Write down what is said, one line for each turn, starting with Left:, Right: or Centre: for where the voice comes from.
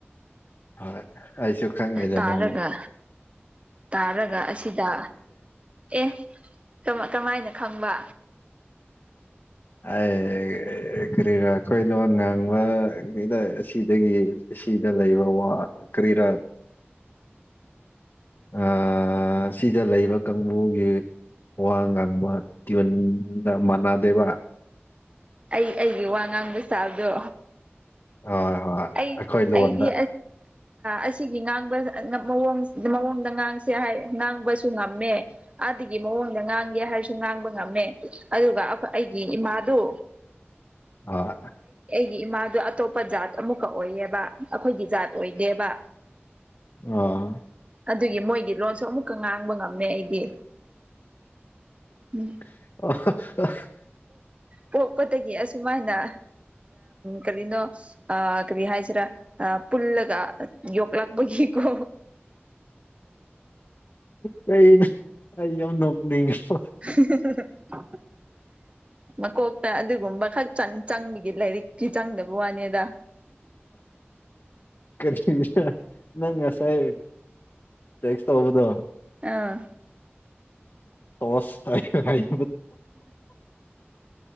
Left: ꯑꯩ ꯑꯩꯁꯨ ꯈꯪꯗ
Right: ꯇꯥꯔꯒ
Left: ꯅ
Right: ꯇꯥꯔꯒ ꯑꯁꯤꯗ ꯑꯦ ꯀꯃꯥꯏꯅ ꯈꯪꯕ
Left: ꯑꯩ ꯀꯔꯤꯔꯥ ꯑꯩꯏ ꯂꯣꯟ ꯉꯥꯡꯕꯗ ꯑꯁꯤꯗꯒꯤ ꯁꯤꯗ ꯂꯩꯕ ꯋꯥ ꯀꯔꯤꯔꯥ
Right: <unintelligible>
Left: ꯑ ꯁꯤꯗ ꯂꯩꯕ ꯀꯥꯡꯕꯨꯒꯤ ꯋꯥ ꯉꯥꯡꯕ ꯇꯤꯌꯟꯗ ꯃꯥꯟꯅꯗꯦꯕ
Right: ꯑꯩ ꯑꯩꯒꯤ ꯋꯥ ꯉꯥꯡꯕ ꯆꯥꯕꯗꯣ
Left: ꯍꯣꯏ ꯍꯣꯏ
Right: ꯑꯩ
Left: ꯑꯩꯈꯣꯏ ꯂꯣꯟꯗ
Right: ꯑꯩꯗꯤ ꯑꯁꯤꯒꯤ ꯉꯥꯡꯕ ꯃꯑꯣꯡ ꯃꯑꯣꯡꯗ ꯉꯥꯡꯁꯦ ꯍꯥꯏ ꯉꯥꯡꯕꯁꯨ ꯉꯝꯃꯦ ꯑꯗꯨꯥꯗꯒꯤ ꯃꯑꯣꯡꯗ ꯉꯥꯡꯒꯦ ꯍꯥꯏꯔꯁꯨ ꯉꯥꯡꯕ ꯉꯝꯃꯦ ꯑꯗꯨꯒ ꯑꯩ ꯑꯩꯒꯤ ꯏꯃꯥꯗꯨ
Left: ꯑ <unintelligible>
Right: ꯑꯩ ꯏꯃꯥꯗꯣ ꯑꯇꯣꯞꯄ ꯖꯥꯠ ꯑꯃꯨꯛꯀ ꯑꯣꯏꯌꯦꯕ ꯑꯩꯈꯣꯏꯒꯤ ꯖꯥꯠ ꯑꯣꯏꯗꯦꯕ
Left: ꯑ <unintelligible>
Right: ꯑꯗꯨꯒꯤ ꯃꯣꯏꯒꯤ ꯂꯣꯟꯁꯨ ꯑꯃꯨꯛꯀ ꯉꯥꯡꯕ ꯉꯝꯃꯦ ꯑꯩꯗꯤ
Left: ꯑ
Right: ꯎꯝ
Left: <unintelligible>
Right: ꯄꯣꯛꯄꯗꯒꯤ ꯑꯁꯨꯃꯥꯏꯅ ꯀꯔꯤꯅꯣ ꯀꯔꯤ ꯍꯥꯏꯁꯤꯔꯥ ꯄꯨꯜꯂꯒ ꯌꯣꯛꯂꯛꯄꯒꯤ ꯏꯀꯣ
Left: ꯀ ꯑ ꯅ ꯅ <unintelligible> <inaudible>
Right: ꯍꯤꯍꯥ ꯍꯥ <inaudible> ꯃꯀꯣꯛꯇ ꯑꯗꯨꯒꯨꯝꯕ ꯈꯛ ꯆꯪꯕꯒꯤ ꯂꯥꯏꯔꯤꯛ ꯀ ꯆꯪꯗꯕ ꯋꯥꯅꯤꯗ
Left: ꯔꯤ ꯅꯪ ꯉꯁꯥꯏ ꯇꯦꯛꯁ ꯇ ꯍꯕꯗꯣ
Right: ꯑꯥ
Left: ꯇꯣꯁ ꯇꯥꯏ ꯍꯥꯏ